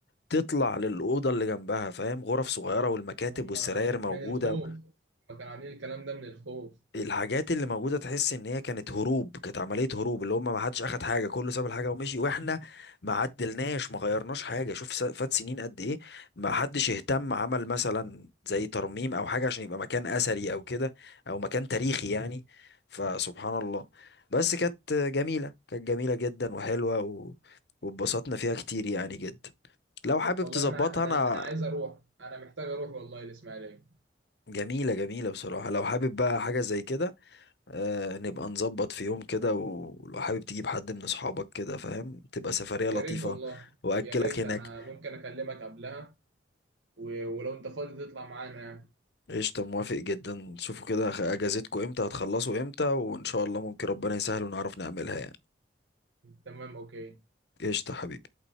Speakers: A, on the left (about 60°); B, on the right (about 75°).
A: تطلع للأوضة اللي جنبها فاهم غرف صغيرة والمكاتب
B: هما
A: والسراير موجودة
B: من الخوف هما كانوا عاملين الكلام ده من الخوف
A: الحاجات اللي موجودة تحس ان هي كانت هروب كانت عملية هروب اللي هم ما حدش اخد حاجة كله ساب الحاجة ومشي واحنا ما عدلناش ما غيرناش حاجة شوف س- فات سنين قد ايه ما حدش اهتم عمل مثلا زي ترميم او حاجة عشان يبقى مكان اثري او كده او مكان تاريخي يعني فسبحان الله بس كانت جميلة كانت جميلة جدا وحلوة و... واتبسطنا فيها كتير يعني جدا لو حابب
B: والله
A: تظبطها
B: أنا أنا
A: انا
B: أنا عايز أروح أنا محتاج أروح والله الإسماعيلية
A: جميلة جميلة بصراحة لو حابب بقى حاجة زي كده آه نبقى نظبط في يوم كده و- ولو حابب تجيب حد من اصحابك كده فاهم تبقى سفرية
B: يا
A: لطيفة
B: ريت والله
A: واكلك
B: يا ريت
A: هناك
B: أنا ممكن أكلمك قبلها و- ولو انت فاضي تطلع معانا يعني
A: قشطة موافق جدا شوفوا كده خ- اجازتكوا امتى هتخلصوا امتى وان شاء الله ممكن ربنا يسهل ونعرف نعملها يعني
B: تمام اوكي
A: قشطة حبيبي